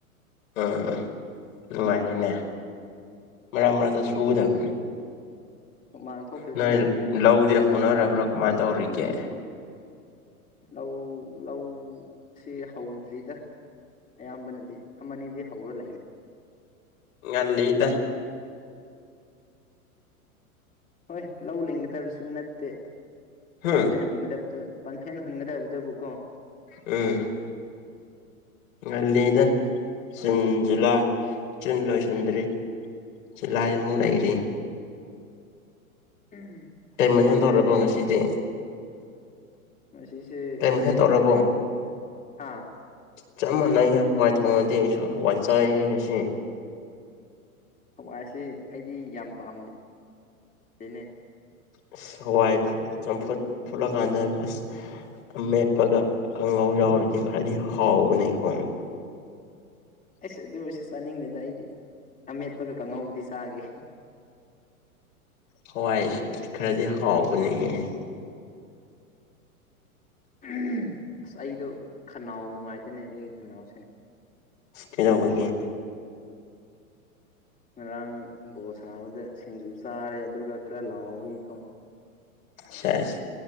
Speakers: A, on the left (about 65°); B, on the left (about 20°).
A: ꯎꯝ ꯃꯥꯅꯤꯅꯦ꯫ ꯃꯔꯛ ꯃꯔꯛꯇ ꯁꯨꯒꯗꯕꯅꯦ꯫
B: ꯍꯨꯃꯥꯡ ꯊꯣꯛꯇ꯭ꯔꯗꯤ
A: ꯅꯣꯏ
B: ꯌꯥꯗ꯭ꯔꯦꯕ
A: ꯂꯧꯗꯤ ꯍꯧꯅꯔꯕ꯭ꯔꯣ꯫ ꯀꯃꯥꯏ ꯇꯧꯔꯤꯒꯦ꯫
B: ꯂꯧ ꯂꯧ ꯁꯤ ꯍꯧꯗ꯭ꯔꯤꯗ ꯑꯌꯥꯝꯕꯅꯗꯤ ꯑꯃꯅꯤꯗꯤ ꯍꯧꯔ ꯂꯩꯔꯦ꯫
A: ꯉꯜꯂꯤꯗ꯫
B: ꯍꯣꯏ ꯂꯧ ꯂꯤꯡꯒꯗꯕꯁꯨ ꯅꯠ ꯇꯦ꯫
A: ꯍꯨꯝ
B: ꯇꯟꯊꯦꯟ ꯍꯨꯟꯒꯗꯕ꯫ ꯄꯟꯐꯦꯟ ꯍꯨꯟꯒꯗꯕꯗꯕꯨ ꯀꯣ꯫
A: ꯎꯝ꯫ ꯉꯜꯂꯤꯗ ꯖꯨꯟ ꯖꯨꯂꯥꯏ ꯖꯨꯟ ꯂꯣꯏꯁꯤꯟꯗ꯭ꯔꯤ ꯖꯨꯂꯥꯏ ꯑꯃꯨꯛ ꯂꯩꯔꯤ꯫
B: ꯎꯝ
A: ꯀꯩ
B: ꯑꯁ
A: ꯃꯊꯦꯜ
B: ꯈꯪꯗꯔꯦꯅꯦ꯫
A: ꯇꯧꯔꯕꯣ ꯉꯁꯤꯗꯤ
B: ꯉꯁꯤꯁꯦ
A: ꯀꯩ ꯃꯊꯦꯜ
B: ꯍꯋꯥꯏ꯫
A: ꯇꯧꯔꯕꯣ
B: ꯍꯥꯥ꯫
A: ꯆꯞ ꯃꯥꯟꯅꯩꯍꯦ ꯍꯋꯥꯏ ꯊꯣꯡꯉꯗꯤ ꯑꯩꯁꯨ ꯍꯋꯥꯏ ꯆꯥꯏ ꯍꯦ ꯉꯁꯤ꯫
B: ꯍꯋꯥꯏꯁꯤ꯫ ꯑꯩꯗꯤ ꯌꯥꯝ ꯄꯥꯝ ꯅꯦ꯫
A: ꯑꯁ ꯍꯋꯥꯏ ꯆꯝꯐꯨꯠ ꯐꯨꯠꯂꯀꯥꯟꯗ ꯑꯁ ꯑꯃꯦꯠꯄꯒ ꯀꯥꯡꯉꯎ ꯌꯥꯎꯔꯗꯤ ꯐꯗꯤ ꯍꯥꯎꯕꯅꯦꯀꯣ꯫
B: ꯑꯩꯁꯨ ꯑꯗꯨ ꯑꯣꯏꯔꯁꯨ ꯆꯥꯅꯤꯡꯗꯦꯗ ꯑꯩꯗꯤ ꯑꯃꯦꯠꯄꯒ ꯀꯥꯡꯉꯧꯕꯨꯗꯤ ꯆꯥꯒꯦ꯫
A: ꯍꯋꯥꯏ ꯈꯔꯗꯤ ꯍꯥꯎꯕꯅꯦꯍꯦ꯫
B: ꯎꯝ꯫ ꯑꯁ ꯑꯩꯗꯣ ꯈꯅꯥꯎ ꯅꯨꯡꯉꯥꯏ ꯇꯅꯦ ꯑꯩꯒꯤ ꯈꯅꯥꯎꯁꯦ
A: ꯏꯁꯇꯖꯧꯕꯒꯦ
B: ꯉꯔꯥꯡ ꯕꯣꯜ ꯁꯥꯟꯅꯕꯗ ꯁꯤꯡꯖꯨ ꯆꯥꯔꯦ ꯑꯗꯨꯒ ꯈꯔ ꯂꯥꯎꯕꯒꯤꯀꯣ
A: ꯁꯦꯁ